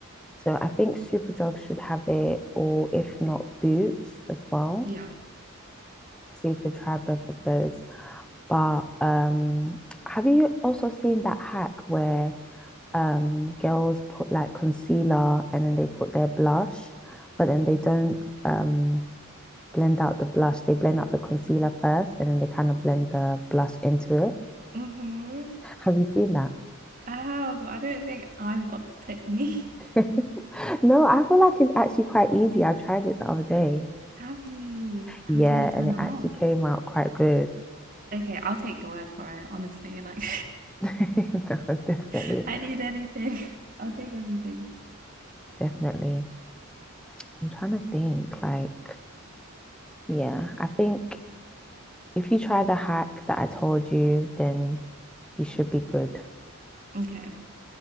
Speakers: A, in the centre; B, on the right (about 40°).
A: So I think Superdrug should have it, or if not, Boots as well.
B: Yeah.
A: So you could try both of those. But um, have you also seen that hack where um girls put like concealer and then they put their blush, but then they don't um blend out the blush. They blend out the concealer first and then they kind of blend the blush into it.
B: Mm-hmm.
A: Have you seen that?
B: I have. I don't think I've got the technique.
A: <laughs> No, I feel like it's actually quite easy. I tried it the other day.
B: <laughs> Have you? How
A: Yeah,
B: did it turn
A: and it
B: out?
A: actually came out quite good.
B: Okay, I'll take your word for it, honestly. Like,
A: <laughs> No, definitely,
B: <laughs> I need anything. <laughs> I'll take everything.
A: definitely. I'm trying to think, like, yeah, I think if you try the hack that I told you, then you should be good.
B: Okay,